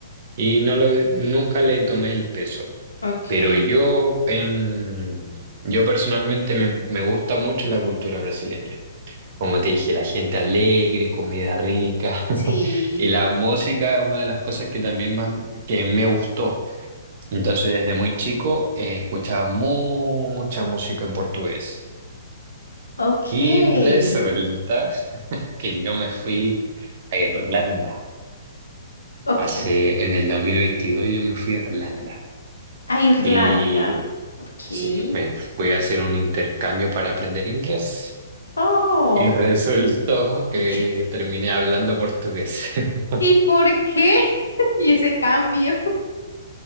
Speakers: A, on the right; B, on the left.
A: y no lo, nunca le tomé el peso.
B: okay,
A: Pero yo, en, yo personalmente me, me gusta mucho la cultura brasileña. Como te dije, la gente alegre, comida rica <laughs>
B: sí,
A: y la música es una de las cosas que también más que me gustó. Entonces, desde muy chico eh, escuchaba mucha música en portugués.
B: Okay.
A: Y resulta <laughs> que yo me fui a Irlanda.
B: okay,
A: Hace, en el 2022 yo me fui a Irlanda.
B: A Irlanda.
A: y
B: okay.
A: Sí, me voy a hacer un intercambio para aprender inglés
B: Oh.
A: y <laughs> resultó que
B: <laughs>
A: terminé hablando portugués. <laughs>
B: ¿Y por qué? <laughs> ¿Y ese cambio?